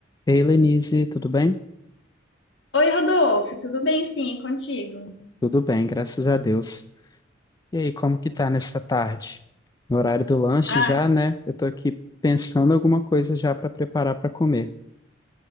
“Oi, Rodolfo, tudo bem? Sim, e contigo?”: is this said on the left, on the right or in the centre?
Left